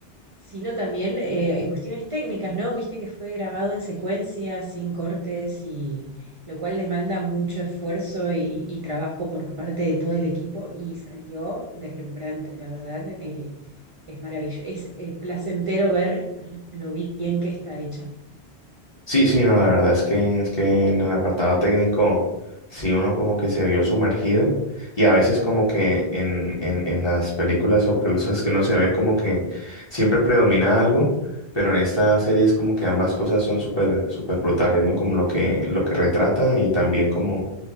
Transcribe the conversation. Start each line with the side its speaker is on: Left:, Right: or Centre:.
Right: sino también eh, en cuestiones técnicas, ¿no? Viste que fue grabado en secuencia, sin cortes, y lo cual demanda mucho esfuerzo y, y trabajo por parte de todo el equipo y salió deslumbrante, la verdad, eh, es maravilloso, es eh, placentero ver lo bien que está hecha.
Left: Sí, sí, no, la verdad es que es que en el apartado técnico sí uno como que se vio sumergido y a veces como que en, en, en las películas o cosas que uno se ve como que siempre predomina algo, pero en esta serie es como que ambas cosas son súper súper brutales, ¿no? Como lo que lo que retrata y también como